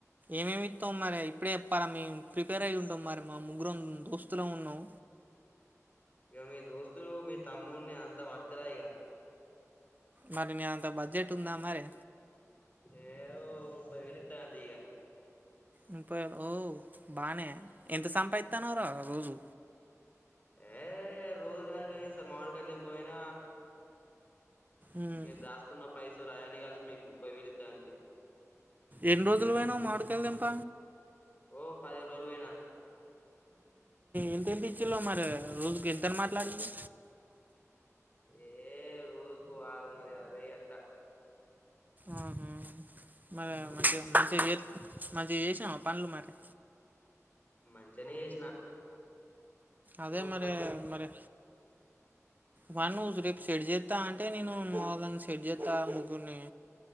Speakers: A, on the right; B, on the left.
A: ఏమేమిత్తవ మరి ఇప్పుడే చెప్ పలా మేము ప్రిపేర్ అయి్య ఉంటాం మరి మా ముగ్గురు దోస్తులామ్ ఉన్నాం
B: ఇగ మీ దోస్తులు మీ తమ్మని అంత పట్టుకరాయిగా
A: మరి నీ అంత బడ్జెట్ ఉందా మరి
B: ఏవో ముప్పై వేలు ఇత్త గాని తీఇగ
A: ముప్పై వేలు ఓహ బానే ఎంత సంపాదిస్తాను రా రోజు
B: ఏ రోజ కనీసం మామిడి కాయలు తెంపబోయిన
A: ఉమ్,
B: ఇ దాసుకున్న పైసలు ఆయన్ని కలిపి మీకు ముప్పై వేలు ఇస్త అంతే
A: ఎన్ని రోజులు పోయినా మామిడికాయలు తెంప
B: ఓహ పదిహేను రోజులు పోయినా
A: ఎంతెంత ఇచ్చిండ్రు మరి రోజుకి ఎంతని మాట్లాడిండ్రు
B: ఏ రోజుకు ఆరు వందల యాభై అట్ట
A: ఆహ మరి
B: ఆ
A: మంచిగా మంచిగా మంచిగా చేసినాం పన్లు మరి
B: మంచిగ నే చేసిన
A: అదే
B: ఓ
A: మరి
B: పది
A: మరి వా నువ్వు రేపు సెట్ చేస్తా అంటే నేను మని చెషడ్ చేస్తా ముగ్గురిని